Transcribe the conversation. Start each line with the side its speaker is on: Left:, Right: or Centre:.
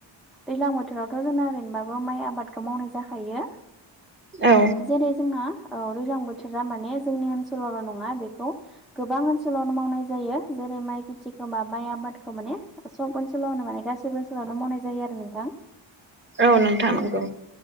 Centre: दैलां बोथोरावथ' जोंना ओरैनोबाबो माइ आबादखो मावनाय जाखायो।
Right: औ
Centre: जेरै जोंना ओ दैज्लां बोथोरा माने जोंनि ओनसोलावल' नङा बेखौ गोबां ओनोलावनो मावनाय जायो जेरै माइ खेथि खोमा माइ आबाद। मादखो माने सब ओनसोलावनो माने गासैबो ओनसोलावनो मावनाय जायो आरो नोंथां।
Right: औ नोंथां नंगौ।